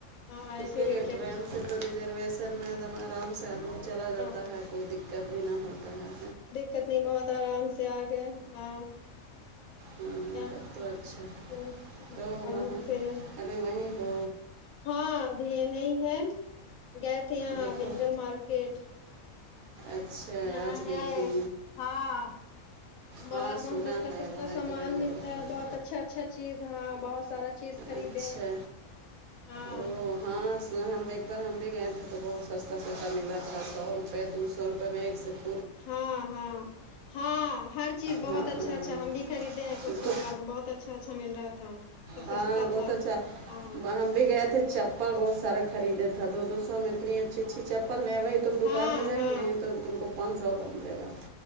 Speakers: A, on the left; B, on the right.
A: ہاں
B: ٹھیک
A: اسی لیے
B: ہے ٹرین سے تو ریزرویشن میں ایک دم آرام سے آدمی
A: ہاں
B: چلا جاتا ہے کوئی دقت بھی نہ ہوتا ہے
A: کتنی بہت آرام سے آ گئے ہاں <unintelligible>
B: ہاں تب تو اچھا ہے تو وہاں ابھی وہ ہو
A: ہاں ابھی یہیں ہے گئے تھے یہاں
B: دیکھو
A: وینڈر مارکیٹ
B: اچھا
A: یہاں
B: آج گئی
A: ہے
B: تھی
A: ہاں بہت
B: ہاں
A: وہاں
B: سنا
A: سستا
B: ہے
A: سستا
B: وہاں ایک
A: سامان
B: ونڈر
A: ملتا
B: میں
A: ہے بہت اچھا اچھا چیز ہاں بہت سارا چیز خریدے
B: اچھا
A: ہاں
B: او ہاں ہم ایک پر ہم بھی گئے تھے تو بہت سستا سستا مل رہا تھا سو روپئے دو سو روپئے میں ایک س
A: ہاں ہاں ہاں ہر چیز بہت
B: ہاں
A: اچھا اچھا ہم بھی خریدے ہیں کرتی
B: تو
A: پلازو بہت اچھا اچھا اچھا مل رہا تھا سب
B: ہاں
A: سستا
B: بہت
A: تھا
B: اچھا
A: ہاں
B: ہم بھی گئے تھے چپل بہت سارے خریدے تھے تھا دو دو سو میں اتنی اچھی اچھی چپل نہیں ہے وہی تم دکان
A: ہاں
B: میں جا
A: ہاں
B: گی نہیں تو تو ان کو پانچ سو کا ملے گا